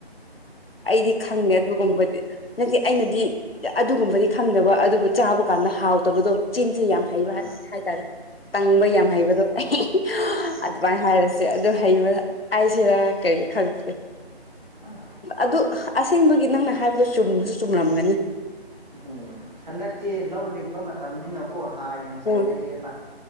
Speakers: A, on the left; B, on the right.
A: ꯑꯩꯗꯤ ꯈꯪꯗꯦ ꯑꯗꯨꯒꯨꯝꯕꯗꯤ ꯅꯪꯠꯇꯦ ꯑꯩꯅꯗꯤ ꯑꯗꯨꯒꯨꯝꯕꯗꯤ ꯈꯪꯗꯕ ꯑꯗꯨꯕꯨ ꯆꯥꯕ ꯀꯥꯟꯗ ꯍꯥꯎꯇꯕꯗꯣ ꯆꯤꯟꯁꯦ ꯌꯥꯝ ꯍ
B: ꯑꯥ
A: ꯍꯥꯏꯇꯥꯔꯦ ꯇꯪꯕ ꯌꯥꯝ ꯍꯩꯕꯗꯣ ꯑꯩ ꯑꯗꯨꯃꯥꯏꯅ ꯍꯥꯏꯔꯦ ꯁꯦ ꯑꯗꯨ ꯍꯩꯕꯗ ꯑꯩꯁꯤꯗ ꯀꯔꯤ ꯈꯪꯗ꯭ꯔꯦ
B: ꯑꯥ
A: ꯑꯗꯨ ꯑꯁꯦꯡꯕꯒꯤ ꯅꯪꯅ ꯍꯥꯏꯕꯗꯨꯣ ꯆꯨꯝꯕꯁꯨ ꯆꯨꯝꯔꯝꯒꯅꯤ
B: ꯎꯝ ꯍꯟꯗꯛꯇꯤ ꯂꯧ ꯂꯤꯡꯕ ꯃꯇꯝꯅꯤꯅꯀꯣ ꯍꯥꯔ ꯌꯥꯝ ꯆꯥꯏꯅꯩꯌꯦꯕ
A: ꯎꯝ